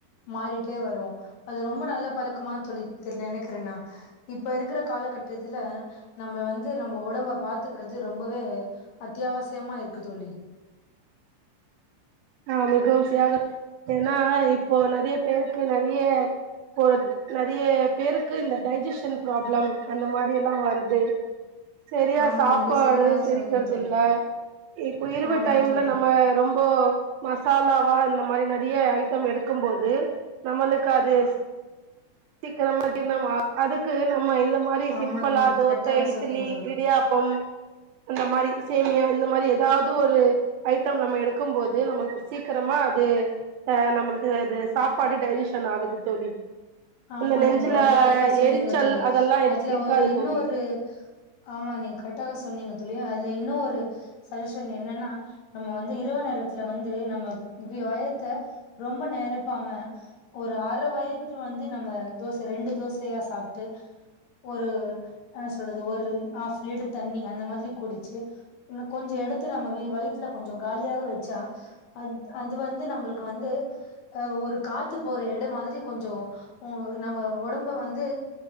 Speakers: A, on the left; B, on the right.
A: மாறிட்டே வரோம் அது ரொம்ப நல்ல பழக்கமா தோழி தெரில நெனைக்றேன்னா இப்ப இருக்கிற காலகட்ட த்துல நம்ம வந்து நம்ப ஒடம்ப பாத்துக்றது ரொம்பவே அத்யாவசியமா இருக்கு தோழி
B: ஆ மிகவுசியாக ஏன்னா இப்போ நெறைய பேருக்கு நெறைய ஒரு நெறய பேருக்கு இந்த டைஜஷன் ப்ராப்ளம் அந்த மாரி எல்லாம் வருது செரியா
A: ஆமா
B: சாப்பாடு
A: மிக சரியாக
B: செரிக்றது
A: சொன்னீங்க தோழி
B: இல்ல இப்ப இருவ
A: ஆமா
B: டைம்ல
A: தோழி
B: நம்ம ரொம்போ மசாலாவா இந்த மாரி நெறைய ஐட்டம் எடுக்கும்போது நம்மளுக்கு அது சீக்கிரமா ஜீர்ணம் ஆகாது அதுக்கு நம்ம இந்த இந்த மாரி
A: ஆமா
B: சிம்பிளா தோசை
A: கரெக்டாக
B: இட்லி
A: சொன்னீங்க தோழி
B: இடியாப்பம் அந்த மாரி சேமியா இந்த மாரி ஏதாவது ஒரு ஐட்டம் நம்ம எடுக்கும் போது நம்ம சீக்கரமா அது அ நம்மளுக்கு அது சாப்பாடு டைஜஷன் ஆகுது தோழி
A: ஆமா
B: இந்த நெஞ்சுல
A: நீங்க ரொம்ப கரெக்ட்டா சொன்னீங்க
B: எரிச்சல்
A: தோழி
B: அதெல்லா இருக்
A: அதுல
B: இருக்காது
A: ஒரு இன்னொரு
B: தோழி
A: ஆமா நீங்க கரெக்டா தா சொன்னீங்க தோழி அதுல இன்னொரு சஜஷன் என்னன்னா நம்ம வந்து இரவு நேரத்துல வந்து நம்ம <unintelligible> வயத்த ரொம்ப நெரப்பாம ஒரு அர வயத வந் து நம்ம தோச ரெண்டு தோசயா சாப்ட்டு ஒரு என்ன சொல்றது ஒரு ஹஃப் லிட்டர் தண்ணி அந்த மாரி குடிச் இன்னும் கொஞ்சம் எடுத்து நம்ம வயித்ல கொஞ்சம் காலியா வச்சா அ அது வந்து நம்மளுக்கு வந்து அ ஒரு காத்து போற எடோ மாரி கொஞ்ஜோ ம் நம்ம ஒடம்ப வந்து